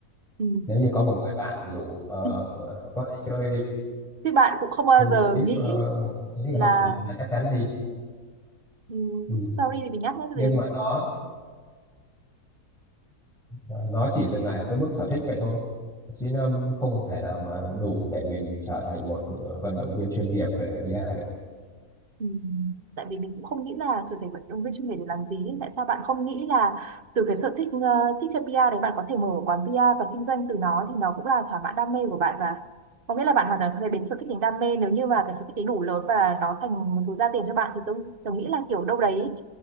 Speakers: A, on the right; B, in the centre.
A: Ừ.
B: nếu như có một người bạn rủ ờ,
A: Ừ.
B: ờ, có đi chơi
A: Thì bạn cũng không bao giờ
B: một ít
A: nghĩ
B: ờ, một một ít
A: là
B: không là chắc chắn đi
A: ừ,
B: ừ.
A: sorry vì mình nhắc nhé
B: nhưng
A: gì
B: mà nó Ờ, nó chỉ dừng lại ở cái mức sở thích vậy thôi chứ nó không thể nào mà đủ để mình trở thành một ờ, vận động viên chuyên nghiệp về VR được
A: ừ. Tại vì mình cũng không nghĩ là trở thành vận động viên chuyên nghiệp để làm gì Tại sao bạn không nghĩ là từ cái sở thích ờ, thích chơi PR đấy bạn có thể mở quán PR và kinh doanh từ nó thì nó cũng là thỏa mãn đam mê của bạn và có nghĩa là bạn hoàn toàn có thể biến sở thích thành đam mê nếu như mà cái sở thích ấy đủ lớn và nó thành một thứ ra tiền cho bạn thì tôi tôi nghĩ là kiểu đâu đấy